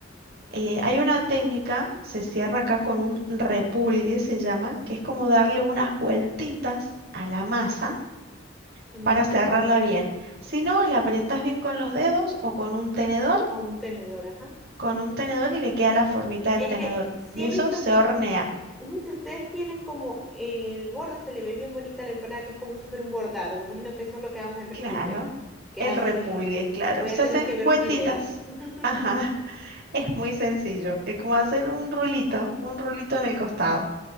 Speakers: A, on the right; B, in the centre.
A: Eh,
B: Mm,
A: hay una técnica, se cierra acá con un repulgue, se llama, que es como darle unas vueltitas a la masa
B: entre
A: para cerrarla
B: pulgo,
A: bien. Si no, la apretas bien con los dedos o con un tenedor
B: con un tenedor, ajá.
A: con un tenedor y le queda la formita del
B: Es
A: tenedor.
B: que sí
A: Y
B: he
A: eso
B: visto
A: se hornea.
B: Ujú, que ustedes tienen como el borde, se le ve bien bonita la empanada, que es como si fuera un bordado. Me imagino que eso es lo que damos el repulgue,
A: Claro.
B: que
A: El
B: es así.
A: repulgue, claro.
B: Voy
A: Se
B: a tener
A: hace
B: que
A: vueltitas.
B: ver un video. <laughs>
A: Ajá. <laughs> Es muy sencillo. Es como hacer un rulito, un rulito en el costado.